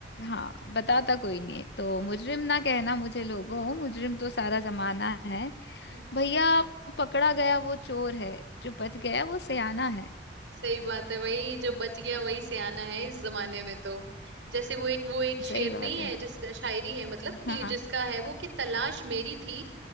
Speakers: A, on the left; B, on the right.
A: हाँ बताता कोई नहीं तो मुजरिम ना कहना मुझे लोगों मुजरिम तो सारा जमाना है
B: हम्म
A: भैया पकड़ा गया वो चोर है जो बच गया वो सयाना है
B: सही बात है वही जो बच गया वही सियाना है इस जमाने में तो जैसे वो एक वो एक शेर
A: सही बात
B: नहीं है
A: है
B: जिसका शायरी है मतलब कि
A: हाँ हाँ
B: जिसका है वो कि तलाश मेरी थी